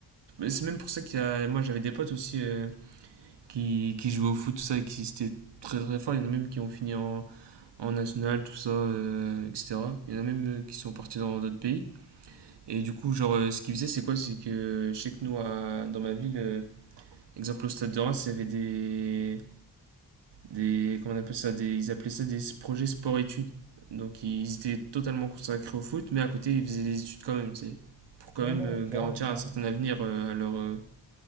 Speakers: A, on the right; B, in the centre.
A: C'est même pour ça qu'il y a, moi j'avais des potes aussi euh, qui, qui jouaient au foot, tout ça, et qui étaient très très forts. Il y en a même qui ont fini en, en national, tout ça, euh, etc. Il y en a même euh, qui sont partis dans d'autres pays. Et du coup, genre, euh, ce qu'ils faisaient, c'est quoi? C'est que euh, je sais que nous, à- dans ma ville, euh, Exemple, au Stade de Reims, il y avait des, des comment on appelle ça, des, ils appelaient ça des projets sport-études. Donc ils étaient totalement consacrés au foot, mais à côté ils faisaient des études quand même, tu sais, pour quand
B: bon. Ouais,
A: même
B: non,
A: euh,
B: ouais, clairement,
A: garantir
B: clairement.
A: un certain avenir euh, à, leur, euh,